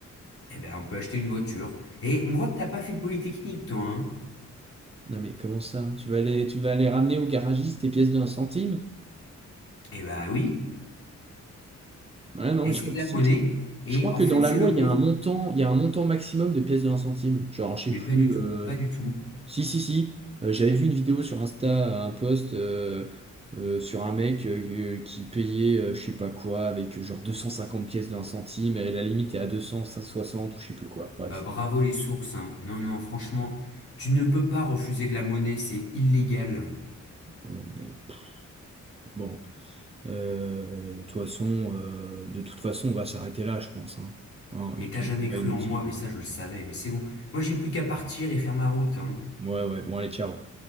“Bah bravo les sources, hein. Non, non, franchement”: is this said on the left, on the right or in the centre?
Left